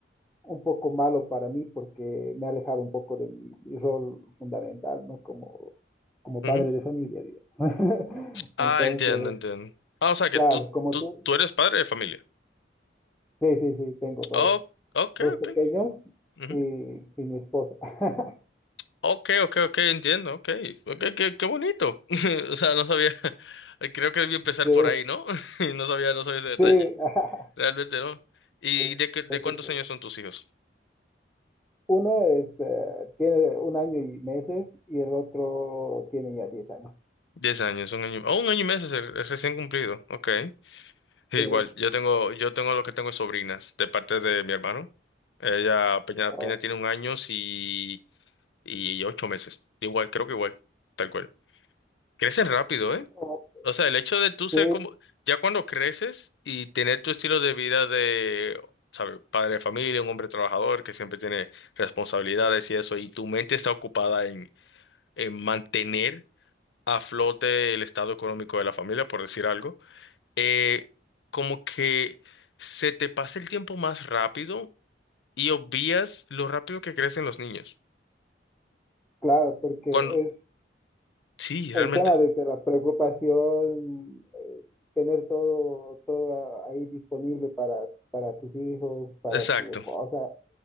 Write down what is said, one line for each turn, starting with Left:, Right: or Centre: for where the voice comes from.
Centre: un poco malo para mí porque me ha alejado un poco de mi, mi rol fundamental, ¿no? Como, como
Left: Ujú.
Centre: padre de familia, digamos. <laughs>
Left: Ah,
Centre: Entonces,
Left: entiendo, entiendo. Ah, o sea que
Centre: claro,
Left: tú,
Centre: como
Left: tú,
Centre: tú,
Left: tú eres padre de familia.
Centre: Sí, sí, sí, tengo dos,
Left: Oh, ok,
Centre: dos
Left: ok.
Centre: pequeños
Left: Ujú.
Centre: y, y mi esposa. <laughs>
Left: Ok, ok, ok, entiendo, ok. Ok, qué, qué bonito. <laughs> O sea, no sabía. <laughs> Creo que debí empezar
Centre: Sí,
Left: por ahí, ¿no? <laughs> No sabía, no sabía ese detalle.
Centre: sí. <laughs>
Left: Realmente no. ¿Y
Centre: Sí,
Left: de, qué- de
Centre: no
Left: cuántos
Centre: te preocupes.
Left: años son tus hijos?
Centre: Uno es, eh, tiene un año y meses y el otro tiene ya 10 años.
Left: Diez años, un año. Oh, un año y meses, es es recién cumplido. Ok. Sí,
Centre: Sí,
Left: igual, yo tengo, yo tengo lo que tengo es sobrinas de parte de mi hermano. Ella apenas
Centre: Oh,
Left: apenas tiene un año y, y ocho meses. Igual, creo que igual, tal cual. Crecen rápido, ¿eh?
Centre: oh,
Left: O sea, el hecho de tú ser
Centre: sí,
Left: como, ya cuando creces y tener tu estilo de vida de, ¿sabes? Padre de familia, un hombre trabajador que siempre tiene responsabilidades y eso, y tu mente está ocupada eh, mantener a flote el estado económico de la familia, por decir algo, eh, como que se te pasa el tiempo más rápido y obvias lo rápido que crecen los niños.
Centre: claro, porque
Left: Cuando,
Centre: es
Left: sí, realmente.
Centre: el tema de, de la preocupación, eh, tener todo, todo ahí disponible para, para tus hijos, para
Left: Exacto.
Centre: tu esposa,